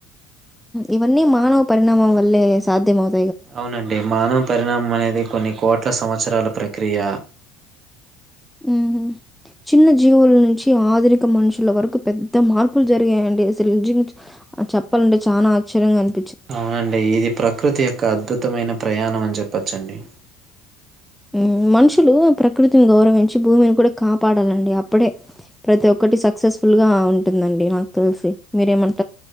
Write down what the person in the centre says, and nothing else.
ఇవన్నీ మానవ పరిణామం వల్లే సాధ్యమవు
ఉహు చిన్న జీవుల నుంచి ఆధునిక మనుషుల వరకు పెద్ద మార్పులు జరిగాయండి అసలు నిజం చెప్పాలంటె చాన ఆశ్చర్యంగా అన్
హు మనుషులు ప్రకృతిని గౌరవించి భూమిని కూడ కాపాడాలండి అప్పుడే ప్రతి ఒక్కటి సక్సెస్ఫుల్ గా ఉంటుందండి నాకు తెలిసి మీరేమన్